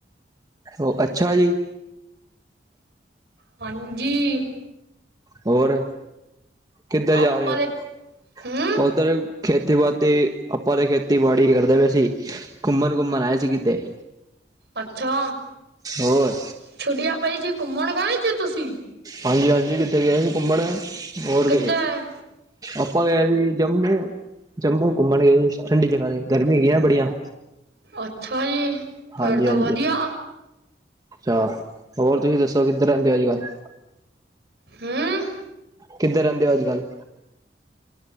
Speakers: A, on the right (about 20°); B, on the right (about 65°).
A: ਉਹ ਅੱਛਾ ਜੀ
B: ਪੰਜੀ
A: ਹੋਰ ਕਿੱਧਰ ਜਾ
B: ਆਪਾਂ
A: ਰਹੇ ਹੋ
B: ਦੇ ਹੂੰ
A: ਉਧਰ ਖੇਤੀਬਾਤੀ ਆਪਾਂ ਤਾਂ ਖੇਤੀਬਾੜੀ ਕਰਦੇ ਪਏ ਸੀ ਘੁੰਮਣ ਘੁੰਮਣ ਆਏ ਸੀ ਕਿਤੇ
B: ਅੱਛਾ
A: ਹੋਰ
B: ਛੁਟੀਆਂ ਪਈ ਸੀ ਘੁੰਮਣ ਗਏ ਸੀ ਤੁਸੀਂ
A: ਹਾਂਜੀ- ਹਾਂਜੀ ਕਿੱਥੇ ਗਏ ਘੁੰਮਣ ਹੋਰ
B: ਕਿੱਧਰ
A: ਆਪਾ ਗਏ ਸੀ ਜੰਮੂ ਜੰਮੂ ਘੁੰਮਣ ਗਏ ਸੀ ਠੰਡੀ ਜਗ੍ਹਾ ਤੇ ਗਰਮੀ ਹੈਗੀ ਆ ਬੜੀਆਂ।
B: ਅੱਛਾ ਜੀ! ਫੇਰ
A: ਹਾਂਜੀ
B: ਤਾਂ
A: ਹਾਂਜੀ
B: ਵਧੀਆ।
A: ਅੱਛਾ ਹੋਰ ਤੁਸੀਂ ਦੱਸੋ ਕਿੱਧਰ ਰਹਿੰਦੇ ਹੋ ਅਜ ਕੱਲ੍ਹ
B: ਹਮ -
A: ਕਿੱਧਰ ਰੇਂਦੇ ਹੋ ਅੱਜ ਕੱਲ?